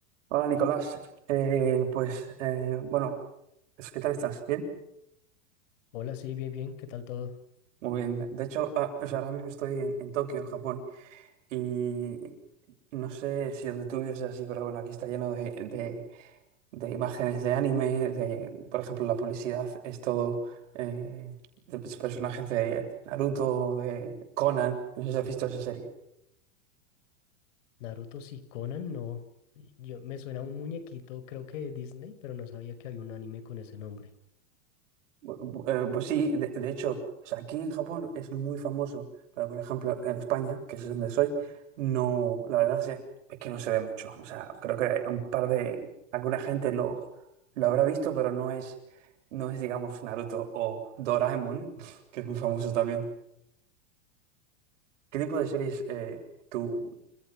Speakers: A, on the right; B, on the left.
A: Hola Nicolás, Eh, pues eh, bueno, es- ¿qué tal estás? ¿Bien?
B: Hola, sí, bien, bien, ¿qué tal todo?
A: Muy bien. De hecho, ah, o sea, ahora mismo estoy en, en Tokio, en Japón, y no sé si donde tú vives es así, pero bueno, aquí está lleno de, de- de imágenes de anime, de, por ejemplo, la publicidad es todo eh, de personajes de Naruto, de Conan, no sé si has visto esa serie.
B: Naruto, sí, Conan, no. Yo, me suena a un muñequito, creo que de Disney, pero no sabía que había un anime con ese nombre.
A: Bu- eh, Pues sí, de, de hecho, o sea, aquí en Japón es muy famoso, pero por ejemplo en España, que es donde soy, no, la verdad es, es que no se ve mucho. O sea, creo que un par de, alguna gente lo, lo habrá visto, pero no es, no es, digamos, Naruto o Doraemon, <laughs> que es muy famoso también. ¿Qué tipo de series eh, tú,